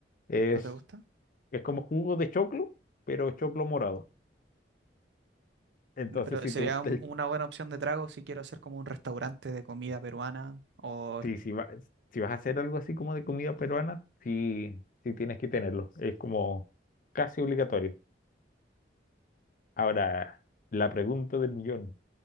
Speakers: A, on the left (about 45°); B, on the right (about 75°).
A: Es,
B: ¿No te gusta?
A: es como jugo de choclo, pero choclo morado. Entonces,
B: Pero
A: si
B: sería
A: te gusta
B: un-
A: el...
B: una buena opción de trago si quiero hacer como un restaurante de comida peruana, o
A: Sí, si va- si vas a hacer algo así como de comida peruana, sí, sí tienes que tenerlo. Es como casi obligatorio. Ahora, la pregunta del millón.